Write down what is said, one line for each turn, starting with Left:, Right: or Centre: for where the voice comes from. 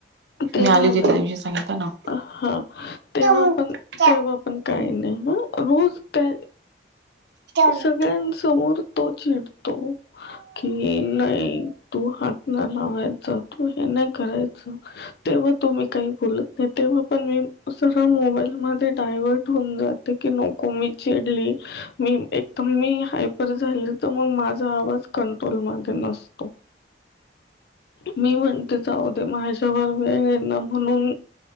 Left: ते
Right: मी
Left: झालंय.
Right: आली होती त्या दिवशी सांगितलं ना
Left: अ हा, तेव्हा
Right: हम्म
Left: पण, तेव्हा पण काही नाही ना रोज त्या
Right: जाऊन
Left: सगळ्यांसमोर तो चिडतो. कि नाही, तू हात नाय लावायच, तू हे नाही करायच. तेव्हा तुम्ही काही बोलत नाही. तेव्हा पण मी सर्व मोबाईल मध्ये डायव्हर्ट होऊन जाते. <unintelligible> नको मी चिडले मी एकदम, मी हायपर झाली तर, मग माझा आवाज कंट्रोल मध्ये नसतो. मी म्हणते जाऊ दे, माझ्यावर वेळ आहे ना, म्हणून.